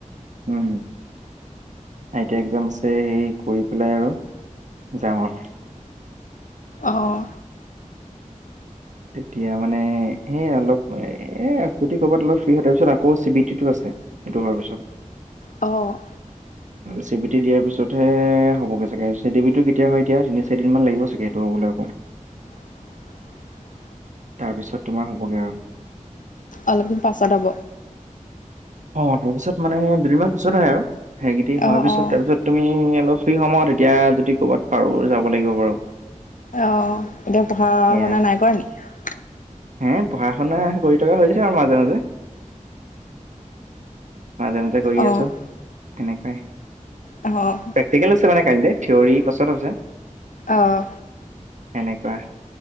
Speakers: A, on the right; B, on the left.
A: উম আই টি আই এক্জাম আছে সেই কৰি পেলাই আৰু যাম‌ অ।
B: অহঁ
A: তেতিয়া মানে সেই অলপ এই যদি ক'ৰবাত অলপ ফ্ৰী হয় তাৰপিছত আকৌ চি বি ই টি টো আছে সেইটো হোৱাৰ পিছত
B: অ',
A: চি বি টি দিয়াৰ পিছতহে হ'বগে চাগে চি বি টি টো কেতিয়া হয় এতিয়া তিনি চাৰি দিনমান লাগিব চাগে এইটো হ'বলৈ আকৌ।
B: <inaudible>
A: তাৰপিছত তোমাৰ হ'বগৈ আৰু
B: অলপদিন পাছত হ'ব।
A: অ তাৰপিছত মানে দুদিনমান পিছত হয় আৰু সেইকিটি হোৱাৰ
B: অ',
A: পিছত
B: অ',
A: তাৰপিছত তুমি অলপ ফ্ৰি সময়ত এতিয়া যদি ক'ৰবাত পাৰোঁ যাব লাগিব বাৰু
B: অহ এতিয়া পঢ়া
A: সেয়া
B: শুনা নাই কৰা নেকি?
A: হে পঢ়া শুনা কৰি থকা হৈছিল আমাৰ মাজে মাজে। মাজে মাজে কৰি
B: অ',
A: আছো সেনেকোৱাই
B: অ',
A: প্ৰেক্টিকেল আছে মানে কাইলে থিয়ৰি পাছত আছে।
B: আহ
A: সেনেকুৱা